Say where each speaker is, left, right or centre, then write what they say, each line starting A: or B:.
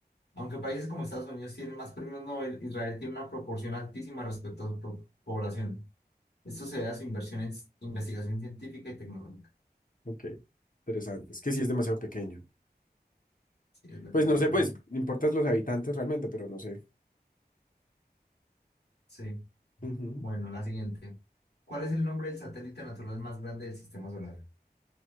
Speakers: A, on the left; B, on the left.
A: Aunque países como Estados Unidos tienen más premios Nobel, Israel tiene una proporción altísima respecto a su po- población. Esto se ve a su inversión en s- investigación científica y tecnológica.
B: Ok. Interesante. Es que sí es demasiado pequeño.
A: Sí, es verdad.
B: Pues no sé,
A: Pero
B: pues,
A: bueno,
B: importan los habitantes realmente, pero no sé.
A: sí.
B: Ujú.
A: Bueno, la siguiente. ¿Cuál es el nombre del satélite natural más grande del sistema solar?